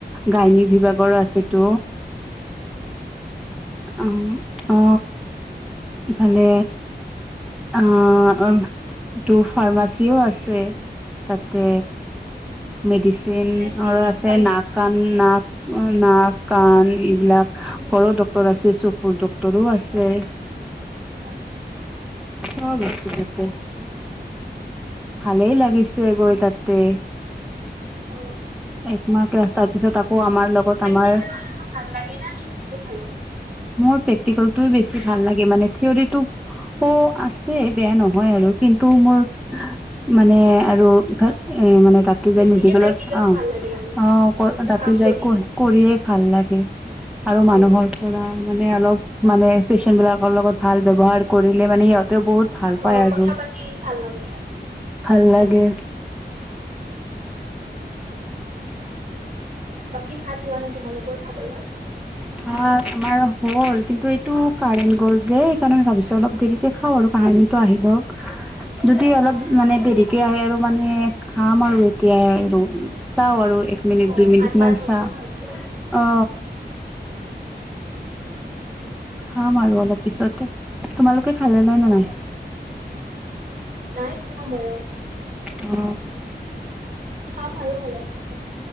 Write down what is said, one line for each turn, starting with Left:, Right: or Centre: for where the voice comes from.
Centre: গাইনী বিভাগৰো আছেতো। অ অ ইফালে অ আহ টো ফাৰ্মাচীও আছে। তাতে মেডিচনৰ
Right: গোটেইখিনি ঔষধ
Centre: আছে
Right: পাই
Centre: নাক-কাণ,
Right: ন?
Centre: নাক। অ নাক, কাণ এইবিলাক ঘৰৰ ডক্টৰ আছে, চকুৰ ডক্টৰো আছে।
Right: অ।
Centre: চব বহিছে তাতে। ভালেই লাগিছে গৈ তাতে।
Right: অ'।
Centre: একমাহ ক্লাছ তাৰ পিছত আকৌ আমাৰ লগত
Right: প্ৰেক্টিকেলটো
Centre: আমাৰ
Right: ভাল লাগে না, <unintelligible> সিটো ভাল লাগে?
Centre: মোৰ প্ৰেক্টিকেলটো বেছি ভাল লাগে মানে থিৱৰি টো, অ আছে বেয়া নহয় আৰু কিন্তু মোৰ মানে আৰুফাল এ মানে তাতো
Right: বেছিকে
Centre: যে নদী কলত
Right: প্ৰেক্টিকেলটো
Centre: অ অ
Right: ভাল লাগে আৰু।
Centre: ক তাতো
Right: কাম
Centre: যায়
Right: কৰি
Centre: কৰি-কৰিয়ে ভাল লাগে। আৰু মানুহৰ
Right: অ',
Centre: পৰা মানে অলপ মানে পেচেন্টবিলাকৰ লগত ভাল ব্যৱহাৰ কৰিলে মানে সিহঁতেও বহুত ভাল পায়
Right: অ',
Centre: আৰু
Right: কথা পাতি ভাল লাগে আৰু।
Centre: ভাল লাগে।
Right: বাকী ভাত হোৱা নাই তোমালোকৰ খাবলৈ?
Centre: ভাত আমাৰ হ'ল কিন্তু এইটো কাৰেণ্ গ'ল যে এই কাৰণে ভাবিছো অলপ দেৰিকে খাও আৰু কাহ মানুহটো আহি লওক যদি অলপ
Right: অ',
Centre: মানে দেৰিকে আহে আৰু মানে খাম আৰু এতিয়া চাও আৰু। এক মিনিট,
Right: অ',
Centre: দুই মিনিট
Right: আন্ধাৰ
Centre: মান
Right: হৈছে
Centre: চাহ
Right: ন এতিয়া।
Centre: অ। খাম আৰু অলপ পিছতে, তোমালোকে খালে নে নাই?
Right: অ'। নাই খোৱা ময়ো।
Centre: অ।
Right: খাম আৰু অলপ পিছত।